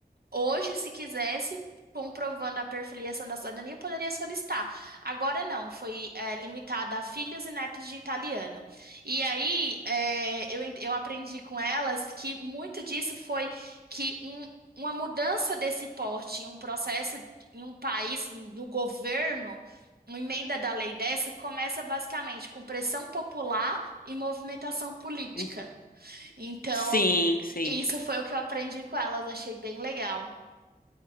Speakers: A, on the right; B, on the left.
A: Hoje, se quisesse, comprovando a perfiliação da cidadania, poderia solicitar. Agora não, foi é, limitada a filhos e netos de italiano. E aí, é, eu, en- eu aprendi com elas que muito disso foi que um- uma mudança desse porte, um processo em um país, no governo, uma emenda da lei dessa, começa basicamente com pressão popular e movimentação política.
B: uhum.
A: Então,
B: Sim, sim.
A: isso foi o que eu aprendi com elas, achei bem legal.